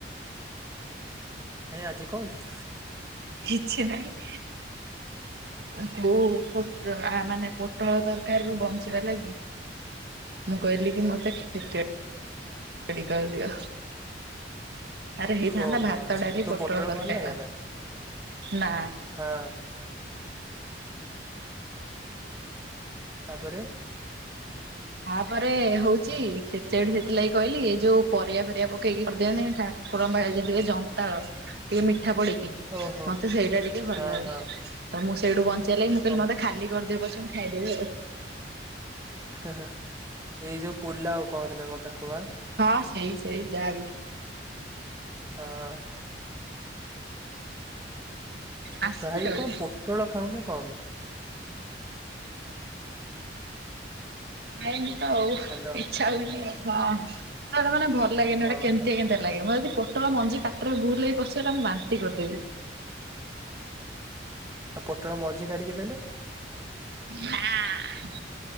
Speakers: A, on the right; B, on the right.
A: କାଇଁ ଆଜି କଣ କି?
B: କିଛି ନାହିଁ। ତାକୁ ପୋଟ ଆ, ମାନେ ପୋଟଳ ତରକାରୀରୁ ବଞ୍ଚିବା ଲାଗି ମୁଁ କହିଲି କି ମୋତେ ଟିକେ ଡି କରଦିଅ। ଆରେ ହେଇଥାନ୍ତା
A: ଓହୋ
B: ଭାତ,
A: ଆଚ୍ଛା
B: ଡାଲି,
A: ତୁ
B: ପୋଟଳ ତରକାରୀ
A: ଭଲ ଲାଗେ
B: ବା
A: ନା?
B: ନା।
A: ହଁ। ତାପରେ?
B: ତାପରେ ହଉଚି ଖେଚେଡ଼ି ସେଥିଲାଗି କହିଲି ଯୋଉ ପରିବା ଫରିବା ପକେଇକି କରିଦିଅନ୍ତିନି ଠା ଠାକୁରଙ୍କ ଆ ଯେମିତି ହୁଏ ଜନ୍ତାଳ ଟିକେ ମିଠା ପଡ଼ିକି।
A: ଓହୋ
B: ମତେ ସେଇଟା ଟିକେ ଭଲ
A: ହଁ
B: ଲାଗେ।
A: ହଁ
B: ତ ମୁଁ ସେଇଠୁ ବଞ୍ଚିବା ଲାଗି ମୁଁ କହିଲି
A: ଓ
B: ମତେ ଖାଲି କରିଦିଅ ପଛେ ମୁଁ ଖାଇଦେବି ଆଉ।
A: ହା ହା ଏଇ ଯୋଉ ପୁଲାଓ ଆଉ କହନ୍ତି ନା କଣ ତାକୁ ବା?
B: ହଁ ସେଇ ସେଇ ଯାହା ବିି।
A: ହଁ।
B: ଆସିବୁ
A: କାଇଁ
B: କେବେ
A: କଣ ପୋଟଳ ଖାଉନ କଣ ପାଇଁ?
B: ଖାଏନି ତ ଆଉ
A: ହାଲୋ
B: ଇଚ୍ଛା ହୁଏନି ଆଉ ହଁ ପୋଟଳ ଟା ମାନେ ଭଲ ଲାଗେନି ଗୋଟେ
A: ଓହୋ
B: କେମିତିଆ କେମିତିଆ ଲାଗେ। ମୋର ଯଦି ପୋଟଳ ମଞ୍ଜିା ପାଟିରେ ଭୁଲ ରେ ବି ପଶିଗଲା ମୁଁ ବାନ୍ତି କରିଦେବି।
A: ଆଉ ପୋଟଳ ମଝି କାଢ଼ିକି ଦେଲେ?
B: ନାଁ